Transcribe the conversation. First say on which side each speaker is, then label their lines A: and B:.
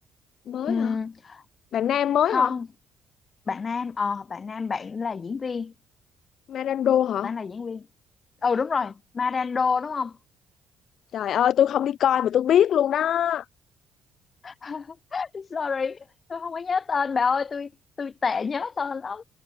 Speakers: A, on the left; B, on the left.
A: mới
B: Ừm,
A: hả bạn Nam mới
B: không
A: hả
B: bạn nam ờ bạn nam bạn là diễn viên
A: Marando hả
B: bạn là diễn viên ừ đúng rồi Marando đúng không
A: Trời ơi, tôi không đi coi mà tôi biết luôn đó.
B: <laughs> Sorry, tôi không có nhớ tên bà ơi, tôi tôi tệ nhớ tên lắm.